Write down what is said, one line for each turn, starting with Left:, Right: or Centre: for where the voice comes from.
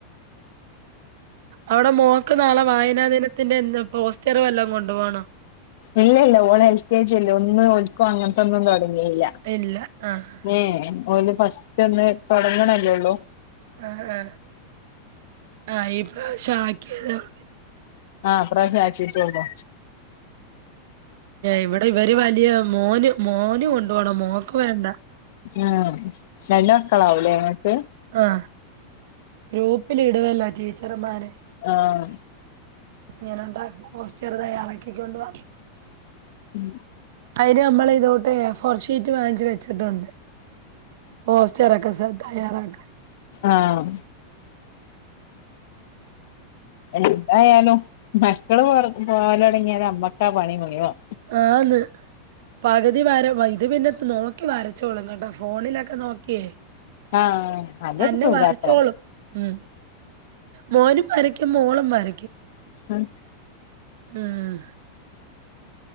Right: അവിടെ മോക്ക് നാളെ വായനാ ദിനത്തിന്റെ എന്താ പോസ്റ്റർ വെല്ലാം കൊണ്ടു പോണം
Left: ഇല്ല ഇല്ല ഓള് എൽ കെ ജി ഇല്ലേ ഒന്ന് ഓൽക്ക് അങ്ങനത്തെന്നും പറ അല്ല
Right: ഇല്ല ആഹ്
Left: ഏ ഓല് ഫസ്റ്റ് ഒന്ന് തുടങ്ങണല്ലോള്ളൂ
Right: ആ ആ ആ ഇപ്പ ആക്കിയതേ ഒള്ളൂ
Left: ആഹ് ഇപ്രാവശ്യം ആക്കിട്ടൊള്ളൂ
Right: ഇവിടെ ഇവര് വലിയ മോന് മോന് കൊ കൊണ്ട് പോണം മോക്ക് വേണ്ട
Left: ആഹ് രണ്ട് മക്കളാവൂലേ ഇങ്ങക്ക്
Right: ആ ഗ്രൂപ്പിൽ ഇടുവല്ലോ ടീച്ചർമാരെ
Left: ആ
Right: ഇങ്ങനണ്ടാ പോസ്റ്റർ തയ്യാറാക്കി കൊണ്ടുവാ
Left: ഉം
Right: അതിന് നമ്മൾ ഇതോട്ട് ഏഫോർഷീറ്റ് വാങ്ങിച്ച് വെച്ചിട്ടുണ്ട് പോസ്റ്ററൊക്കെ സ തയ്യാറാക്ക
Left: ആഹ് എന്തായാലും മക്കള് പോവല് തുടങ്ങിയാല് അമ്മക്കാ പണി മുഴുവൻ
Right: ആന്ന് പകുതി വാര ഇത് പിന്നെ നോക്കി വരച്ചോളു കേട്ടോ ഫോണിലൊക്കെ നോക്കിയേ
Left: ആഹ് അതൊരു
Right: തന്നെ
Left: സുഖാട്ടോ
Right: വായിച്ചോളും ഉം മോനും വരയ്ക്കും മോളും വരയ്ക്കും
Left: ഉം
Right: ഉം